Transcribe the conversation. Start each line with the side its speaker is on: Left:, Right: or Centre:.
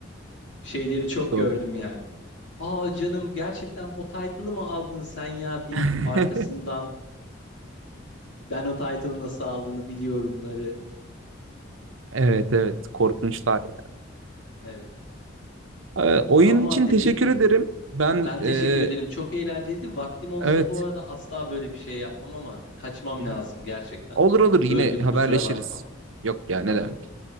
Left: Şeyleri çok
Right: Doğru.
Left: gördüm yani. Aa canım gerçekten o title'ı mı aldın sen ya deyip
Right: <laughs>
Left: arkasından ben o title'ı nasıl aldığını biliyorumları.
Right: Evet evet korkunçlar ya.
Left: Evet.
Right: Ee, oyun
Left: Tamam
Right: için
Left: abi dediğim
Right: teşekkür
Left: gibi.
Right: ederim. Ben
Left: Ben teşekkür
Right: e,
Left: ederim. Çok eğlenceliydi. Vaktim olsa
Right: evet
Left: bu arada asla böyle bir şey yapmam ama kaçmam
Right: Hı hı.
Left: lazım gerçekten.
Right: olur olur yine
Left: Böldüm
Right: haberleşiriz.
Left: kusura bakma.
Right: Yok ya ne
Left: Tamam.
Right: demek.